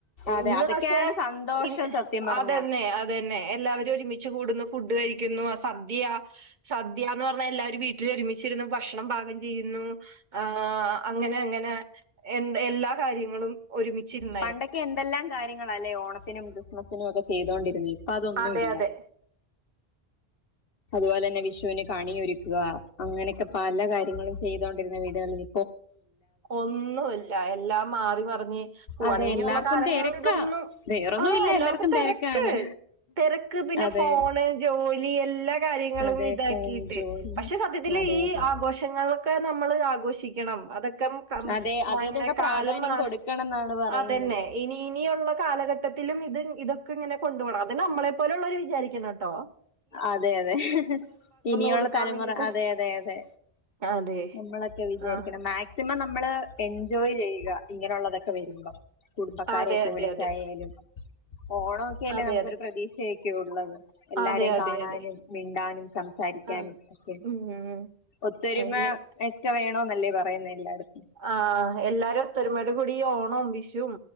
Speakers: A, on the left; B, on the right.
A: അതെ
B: ഇന്ന്
A: അതൊക്കെയാണ്
B: പക്ഷെ
A: സന്തോഷം
B: ഇന്ന്
A: സത്യം പറഞ്ഞ
B: അത് എന്നെ അ ത് തന്നെ എല്ലാവരും ഒരുമിച്ച് കൂടുന്നു ഫുഡ് കഴിക്കുന്നു ആ സദ്യ സദ്യാന്ന് പർണാ എല്ലാവരും വീട്ടില് ഒരുമിച്ച് ഇര്ന്ന് ഭക്ഷണം പാകം ചെയ്യുന്നു ആഹ് അങ്ങനെ അങ്ങനെ എന്ത് എല്ലാ കാര്യങ്ങളും ഒരുമിച്ച് ഇര്ന്ന്
A: പണ്ടൊക്കെ എന്തെല്ലാം കാര്യങ്ങളാല്ലേ ഓണത്തിനും ക്രിസ്മസിനും ഒക്കെ ചെയ്തോണ്ടിരുന്നേ ഇപ്പ അതൊന്നും
B: അതെ
A: ഇല്ല
B: അതെ
A: അത്പോലെന്നെ വിഷൂന് കണിയൊരുക്കുക അങ്ങനൊക്കെ പല കാര്യങ്ങളും ചെയ്തോണ്ടിരുന്ന വീടുകളില്
B: ഒന്നും ഇല്ല എല്ലാം മാറി മറിഞ്ഞ് പുവാണ്
A: അതെ
B: ഇനി
A: എല്ലാവർക്കും
B: ഒള്ള കാലങ്ങളള്
A: തിരക്കാ
B: ഇതൊന്നും
A: വേറൊന്നും
B: ആഹ്
A: ഇല്ല
B: എല്ലാർക്കും
A: എല്ലാവർക്കും
B: തെരക്ക്
A: തിരക്കാണ്
B: തെരക്ക് പിന്നെ
A: അതെ
B: ഫോണ് ജോലി എല്ലാം കാര്യങ്ങളും
A: അതെ
B: ഇതാക്കീട്ട്
A: ഫോൺ ജോലി
B: പക്ഷെ സത്യത്തില്
A: അതെ
B: ഈ
A: അതെ
B: ആഘോഷ് ങ്ങളൊക്കെ നമ്മള് ആഘോഷിക്കണം അത ക്കം കം
A: അതെ
B: മോ
A: അതിനൊക്കെ
B: കാലം
A: പ്രാധാന്യം
B: മാ
A: കൊടുക്കണം എന്നാണ് പറയുന്നത്
B: അതെന്നെ ഇനി ഇനി ഒള്ള കാലഘട്ടത്തിലും ഇത് ഇതൊക്കെ ഇങ്ങനെ കൊണ്ട് പോണം അത് നമ്മളെ പോലെ ഒള്ളോര് വിജാരിക്കണോട്ടോ
A: അതെ അതെ ഇനിയൊള്ള
B: കൊടുക്കാൻ
A: തലമുറ
B: വേണ്ടിട്ട്
A: അതെ അതെ അതെ
B: അതെ
A: നമ്മളൊക്കെ വിചാരിക്കണം
B: ആഹ്
A: മേക് സിമം നമ്മള് എൻജോയ് ചെയ്യുക ഇങ്ങനെ ഒള്ളതൊക്കെ വരുമ്പം കുടുംബക്കാരെക്കെ
B: അതെ അതെ
A: വിളിച്ചായാലും
B: അതെ
A: ഓണം ഒക്കെയല്ലേ
B: അതെ
A: നമുക്കൊരു
B: അതെ
A: പ്രതീക്ഷയൊക്കെ ഒള്ളത് എല്ലാരേം
B: അതെ അതെ
A: കാണാനും
B: അതെ
A: മിണ്ടാനും സംസാരിക്കാനും
B: അതെ
A: ഒക്കെ
B: ഉം
A: ഒത്തൊരുമ
B: ഇങ്ങനെ
A: എക്കെ വേണോന്നല്ലേ പറയുന്നേ എല്ലായിട
B: ആഹ് എല്ലാരും ഒത്തൊരു മേട് കൂടി ഓണും വിഷും